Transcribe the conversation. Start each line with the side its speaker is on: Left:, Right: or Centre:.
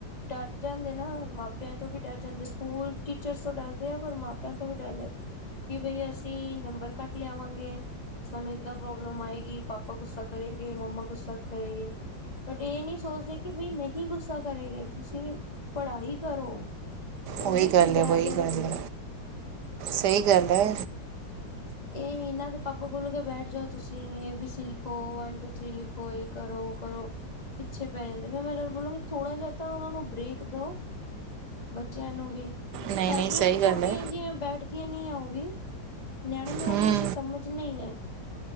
Left: ਡਰ ਜਾਂਦੇ ਨਾ ਮਾਪਿਆਂ ਤੋਂ ਵੀ ਡਰ ਜਾਂਦੇ, ਸਕੂਲ ਟੀਚਰਸ ਤੋਂ ਡਰਦੇ ਆ ਪਰ ਮਾਪਿਆਂ ਤੋਂ ਵੀ ਡਰਦੇ। ਕਿ ਬਈ ਅਸੀਂ ਨੰਬਰ ਘੱਟ ਲਿਆਵਾਂਗੇ। ਸਾਨੂੰ ਏਦਾਂ ਪ੍ਰੋਬਲਮ ਆਏਗੀ, ਪਾਪਾ ਗੁੱਸਾ ਕਰੇਗੇ ਮੰਮਾ ਗੁੱਸਾ ਕਰੇਗੇ ਬਟ ਏ ਨੀ- ਸੋਚਦੇ ਕਿ ਬਈ ਨਹੀਂ ਗੁੱਸਾ ਕਰੇਗੇ ਤੁਸੀਂ ਪੜ੍ਹਾਈ ਕਰੋ। ਉਹੀ
Right: ਉਈ
Left: ਚੀਜ਼
Right: ਗੱਲ
Left: ਜ਼ਿਆਦਾ
Right: ਐ, ਵੋਈ
Left: ਜ਼ਰੂਰੀ
Right: ਗੱਲ ਐ,
Left: ਹੈ
Right: ਸਈ ਗੱਲ ਐ।
Left: ਏ ਏਨਾਂ ਦੇ ਪਾਪਾ ਬੋਲੋ ਕੇ ਬੈਠ ਜਾਓ ਤੁਸੀਂ ਏ, ਬੀ, ਸੀ ਲਿਖੋ, ਵਨ ਟੂ, ਥ੍ਰੀ ਲਿਖੋ ਏ ਕਰੋ, ਓ ਕਰੋ। ਪਿੱਛੇ ਪੈ ਜਾਂਦੇ ਫੇਰ ਮੈਂ ਬੋਲੂੰਗੀ ਥੋੜਾ ਜਾ ਤਾਂ ਓਨਾਂ ਨੂੰ ਬ੍ਰੇਕ ਦੋ। ਬੱਚੇਆਂ ਨੂੰ ਵੀ,
Right: ਨਹੀਂ
Left: ਹੈਗੀਆਂ
Right: ਨਹੀਂ ਸਹੀ
Left: ਵੀ
Right: ਗੱਲ
Left: ਛੋਟੀਆਂ
Right: ਹੈ
Left: ਜਿਆਂ ਬੈਠਦੀਆਂ ਨਈ ਐ ਓ ਵੀ। ਨਿਆਣੇ ਨੂੰ
Right: ਹੂੰ
Left: ਹਾਲੇ ਇੰਨੀ ਸਮਝ ਨਈ ਐ,